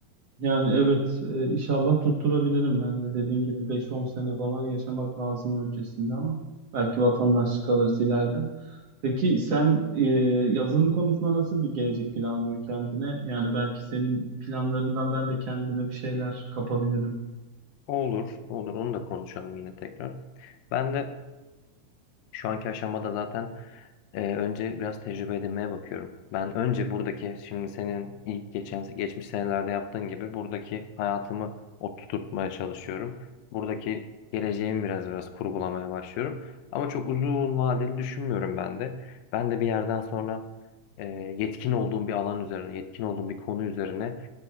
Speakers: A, on the right; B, on the left.
A: Yani evet e, inşallah tutturabilirim ben de dediğin gibi beş on sene falan yaşamak lazım öncesinde ama belki vatandaşlık alırız ileride. Peki sen e, yazılım konusunda nasıl bir gelecek planlıyorsun kendine? Yani belki senin planlarından ben de kendime bir şeyler kapabilirim.
B: Olur, olur. Onu da konuşalım yine tekrar. Ben de Şu anki aşamada zaten e, önce biraz tecrübe edinmeye bakıyorum. Ben önce buradaki şimdi senin ilk geçen geçmiş senelerde yaptığın gibi buradaki hayatımı oturtmaya çalışıyorum. Buradaki geleceğimi biraz biraz kurgulamaya başlıyorum. Ama çok uzun vadeli düşünmüyorum ben de. Ben de bir yerden sonra e, yetkin olduğum bir alan üzerine, yetkin olduğum bir konu üzerine